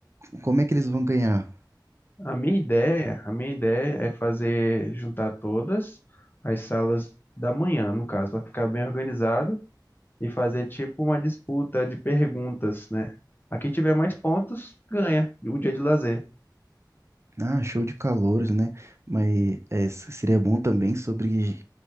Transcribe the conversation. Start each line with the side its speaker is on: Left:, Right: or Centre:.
Right: Como é que eles vão ganhar?
Left: A minha ideia, a minha ideia é fazer juntar todas as salas da manhã, no caso, para ficar bem organizado e fazer tipo uma disputa de perguntas, né? A que tiver mais pontos ganha o dia de lazer.
Right: Ah, show de calouros, né? Mas é, s- seria bom também sobre,